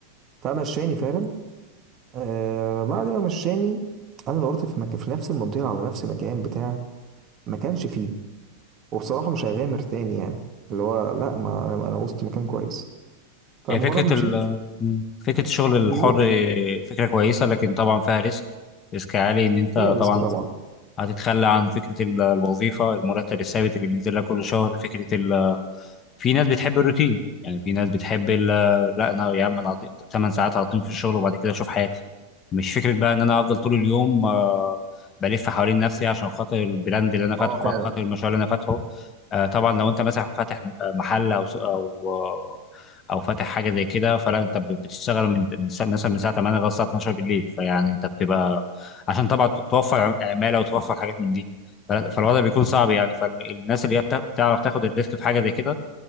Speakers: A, on the right; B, on the left.
A: فمشاني فعلا آه بعد ما مشاني انا دورت في مكان في نفس المنطقه على نفس المكان بتاع ما كانش فيه وبصراحة مش هيغامر تاني يعني اللي هو لا ما انا انا وسط مكان كويس فمجرد
B: هي فكرة
A: ما مشيت
B: ال مم. فكرة الشغل الحر
A: بالظبط
B: فكرة كويسة لكن طبعا فيها ريسك ريسك عالي ان انت
A: هي ريسك
B: طبعا
A: طبعا
B: هتتخلى عن فكرة ال- الوظيفة المرتب الثابت اللي بينزل لك كل شهر فكرة ال في ناس بتحب الروتين يعني في ناس بتحب ال- لا انا يا عم انا 8 ساعات هقضيهم في الشغل وبعد كده اشوف حياتي مش فكره بقى ان انا افضل طول اليوم آه، بلف حوالين نفسي عشان خاطر البراند اللي انا فاتحه
A: اه فعلا
B: او خاطر المشروع اللي انا فاتحه آه، طبعا لو انت مثلا فاتح آه، محل او سوق- او آه، او فاتح حاجه زي كده فلا انت بت- بتشتغل من من الساعة- مثلا من الساعه 8 لغايه الساعه 12 بالليل فيعني انت بتبقى عشان طبعا توفر عماله وتوفر حاجات من دي فلا- فالوضع بيكون صعب يعني فالناس اللي هي بتع- بتعرف تاخد الريسك في حاجه زي كده